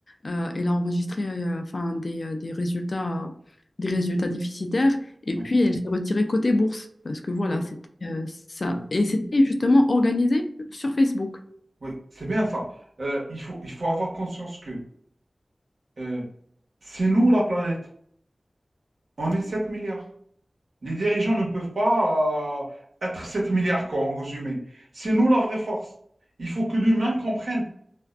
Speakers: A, on the left; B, on the right.
A: euh, elle a enregistré euh, enfin, des, euh, des résultats des résultats déficitaires, et
B: Oui,
A: puis elle s'est retirée côté bourse, parce que voilà,
B: oui,
A: c'était euh, ça.
B: oui,
A: Et c'était justement organisé sur Facebook.
B: oui. C'est bien ça. Euh, il faut, il faut avoir conscience que euh, c'est nous, la planète. On est 7 milliards. Les dirigeants ne peuvent pas euh, être 7 milliards, quoi, en résumé. C'est nous la vraie force. Il faut que l'humain comprenne.